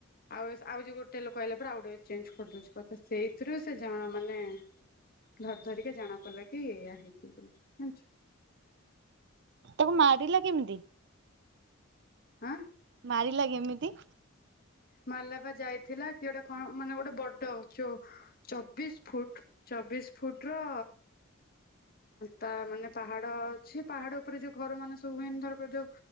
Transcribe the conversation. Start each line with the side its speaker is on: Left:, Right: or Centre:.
Left: ଆଉ ସେ ଆଉ ଯେ ଗୋଟେ ଲୋକ କହିଲା ପରେ ଆଉ ଗୋଟେ ଚେଞ୍ଜ କରିଦେଉଚି। କଥା ସେଇଥିର ସେ ଜଣ ମାନେ ଧର ଧରିକି ଜାଣା ପଡିଲା କି ଏଇଆ ହେଇଛି ବୋଲି ଜଣିଚୁ।
Right: ତାକୁ ମାରିଲା କେମିତି।
Left: ହାଁ।
Right: ମାରିଲା କେମିତି?
Left: ମାଲାପ ଯାଇଥିଲା କି ଗୋଟେ ମାନେ ଗୋଟେ ବଡ ଚବିଶ ଫୁଟ। ଚବିଶ ଫୁଟ ର ତା ମାନେ ପାହାଡ ଅଛି ପାହାଡ ଉପରେ ଯୋଉ ଘର ମାନେ ସବୁ ଏନର ଯୋଉ।